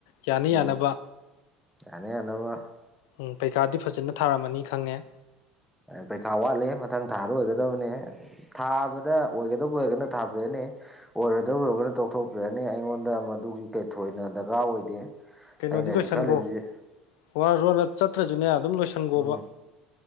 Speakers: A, on the left; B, in the centre.
A: ꯌꯥꯅꯤ
B: ꯎꯝ
A: ꯌꯥꯅꯕ
B: ꯌꯥꯅ ꯌꯥꯅꯕ
A: ꯎꯝ ꯄꯩꯈꯥꯗꯤ ꯐꯖꯅ ꯊꯥꯔꯝꯃꯅꯤ ꯈꯪꯉꯦ
B: ꯄꯩꯈꯥ ꯋꯥꯠꯂꯤ ꯃꯊꯪ ꯊꯥꯗ ꯑꯣꯏꯒꯗꯕꯅꯦ ꯊꯥꯕꯗ ꯑꯣꯏꯒꯗꯕ ꯑꯣꯏꯔꯒꯅ ꯊꯥꯕꯤꯅꯤ ꯑꯣꯏꯔꯣꯢꯗꯧꯑꯣꯢꯔꯒꯅ ꯇꯣꯛꯊꯣꯛꯄꯤꯔꯅꯤ ꯑꯩꯉꯣꯟꯗ ꯃꯗꯨꯒꯤ ꯀꯩ ꯊꯣꯏꯅ ꯗꯔꯀꯥꯔ ꯑꯣꯏꯗꯦ
A: ꯀꯩꯅꯣꯗꯤ
B: ꯑꯩꯅ ꯍꯧꯖꯤꯛ
A: ꯂꯣꯏꯁꯟꯈꯣ
B: ꯈꯜꯂꯤꯕꯁꯤ
A: ꯋꯥꯔꯖꯨ ꯋꯥꯅ ꯆꯠꯇ꯭ꯔꯁꯨꯅꯦ ꯑꯗꯨꯝ ꯂꯣꯏꯁꯟꯈꯣꯕ
B: ꯎꯝ